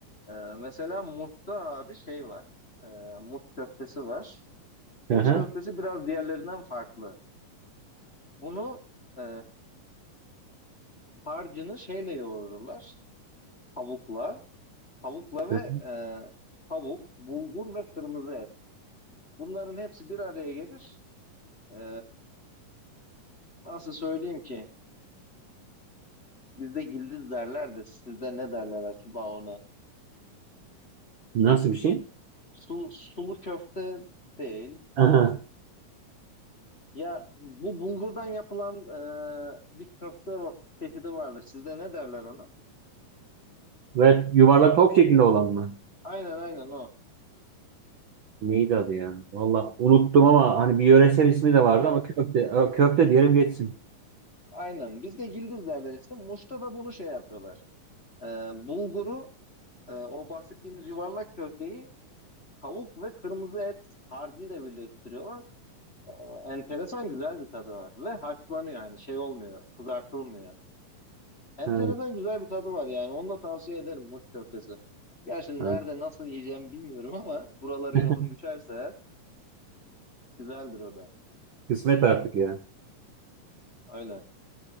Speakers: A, on the left (about 35°); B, on the right (about 85°).
A: e, mesela Mut'ta abi şey var. E, Mut köftesi var. Mut
B: Hı hı.
A: köftesi biraz diğerlerinden farklı. Bunu e, harcını şeyle yoğururlar. Tavukla, tavukla ve
B: Hı hı.
A: e, tavuk, bulgur ve kırmızı et. Bunların hepsi bir araya gelir. E, nasıl söyleyeyim ki? Bizde gildiz derler de sizde ne derler acaba ona?
B: Nasıl bir şey?
A: Su, sulu köfte değil.
B: Hı hı.
A: Ya bu bulgurdan yapılan e, bir köfte var- çeşidi vardır. Sizde ne derler ona?
B: Ve yuvarlak top şeklinde olan mı?
A: Aynen aynen o.
B: Neydi adı ya? Valla unuttum ama hani bir yöresel ismi de
A: <laughs>
B: vardı ama köfte, Ö, köfte diyelim geçsin.
A: Aynen. Bizde gildiz derler işte. Muş'ta da bunu şey yapıyorlar. E, bulguru, e, o bahsettiğimiz yuvarlak köfteyi Tavuk ve kırmızı et harcıyla birleştiriyorlar. Enteresan güzel bir tadı var. Ve haşlanıyor yani şey olmuyor, kızartılmıyor. Enteresan
B: Ha,
A: güzel bir tadı var yani. Onu da tavsiye ederim Muş köftesi. Gerçi
B: ha.
A: nerede nasıl yiyeceğim bilmiyorum ama buraları
B: <laughs>
A: yolun düşerse eğer, güzeldir o da.
B: Kısmet artık ya.
A: Öyle.